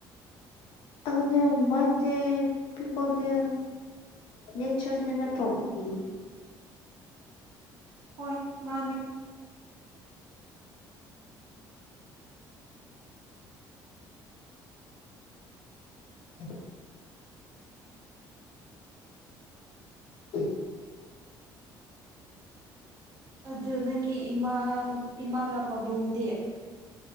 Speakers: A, on the left; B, on the right.
A: <unintelligible> ꯅꯣꯏ ꯆꯠꯂꯤ ꯅꯠꯇ꯭ꯔꯣ ꯎꯝ
B: ꯍꯣꯏ ꯃꯥꯅꯤ
A: <unintelligible> <unintelligible>
B: ꯑꯗꯨ ꯅꯪꯒꯤ ꯏꯃꯥ ꯏꯃꯥꯒ ꯄꯥꯕꯨꯡꯗꯤ